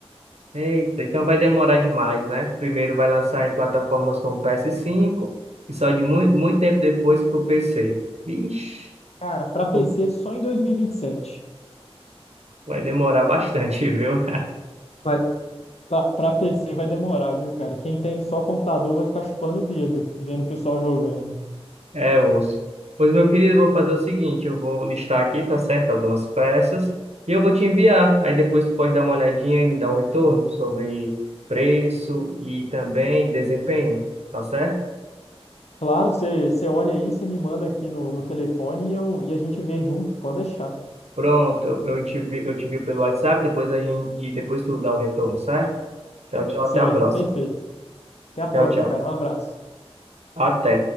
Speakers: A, on the right (about 85°); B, on the left (about 80°).
A: eita. Então vai demorar demais, né? Primeiro vai lançar em plataformas como PS5 e só de mui- muito tempo depois para o PC. Vixe,
B: Cara, pra PC
A: uf,
B: só em 2027.
A: vai demorar bastante, <laughs> viu?
B: Vai, pra, pra PC vai demorar, viu, cara? Quem tem só computador vai ficar chupando o dedo, vendo o pessoal jogando.
A: É, osso. Pois, meu querido, eu vou fazer o seguinte, eu vou listar aqui, tá certo, algumas peças, e eu vou te enviar. Aí depois tu pode dar uma olhadinha e me dar um retorno sobre preço e também desempenho, tá certo?
B: Claro, você você olha aí, você me manda aqui no, no telefone e, eu, e a gente vê junto, pode deixar.
A: Pronto, eu eu te vi, eu te vi pelo WhatsApp, depois a gente, e depois tu dá um retorno, certo? Tchau, tchau,
B: Certo,
A: até a próxima.
B: perfeito. Até a próxima,
A: Tchau, tchau.
B: cara. Um abraço.
A: Até.